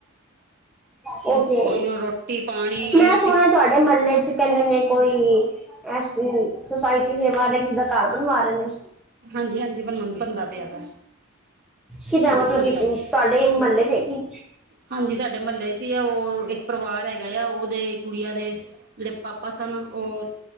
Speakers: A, in the centre; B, on the right (about 45°).
A: ਉਹ ਤੇ,
B: ਉਹੀਓ ਰੋਟੀ ਪਾਣੀ ਉਹੀਓ
A: ਮੈਂ ਸੁਣਿਆ
B: ਟੀ
A: ਤੁਹਾਡੇ ਮਹਲੇ'ਚ ਕਹਿੰਦੇ ਨੇ ਕੋਈ, ਐ ਸੋਸਾਇਟੀ ਸੇਵਾ ਆਲੇ ਕਿਸੀ ਦਾ ਘਰ ਬਣਵਾ ਰਹੇ ਨੇ।
B: ਹਾਂਜੀ ਹਾਂਜੀ ਬਣ ਬਣਦਾ ਪਿਆ ਵਾ
A: ਕਿਦਾਂ,
B: ਹਾਂਜੀ
A: ਮਤਲਬ
B: ਬਣਦਾ
A: ਕਿ
B: ਪਿਆ
A: ਤੁਹਾਡੇ ਮਹੱਲੇ'ਚ ਹੈ ਕਿ?
B: ਹਾਂਜੀ, ਸਾਡੇ ਮਹੱਲੇ'ਚ ਈ ਆ, ਉਹ ਇੱਕ ਪਰਿਵਾਰ ਹੈਗਾ ਯਾ, ਉਹਦੇ ਗੁੜੀਆਂ ਦੇ ਪਾਪਾ ਸਨ ਉਹ